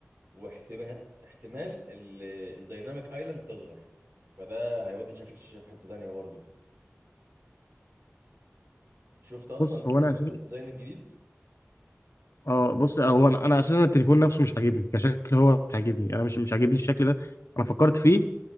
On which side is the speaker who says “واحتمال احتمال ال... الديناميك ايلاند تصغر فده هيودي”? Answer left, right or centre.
Right